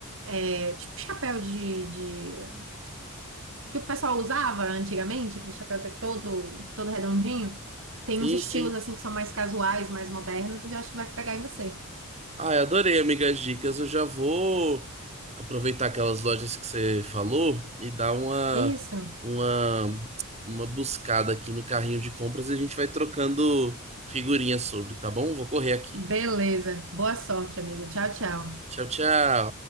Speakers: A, on the right (about 60°); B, on the right (about 30°).
A: É, tipo chapéu de, de que o pessoal usava antigamente, aquele chapéu que é todo todo redondinho. Tem
B: Sim,
A: uns estilos
B: sim.
A: assim que são mais casuais, mais modernos, eu acho que vai pegar em você.
B: Ai, adorei, amigas dicas. Eu já vou aproveitar aquelas lojas que você falou e dar uma,
A: Isso.
B: uma, uma buscada aqui no carrinho de compras e a gente vai trocando figurinhas sobre, tá bom? Vou correr aqui.
A: Beleza. Boa sorte, amigo. Tchau, tchau.
B: Tchau, tchau.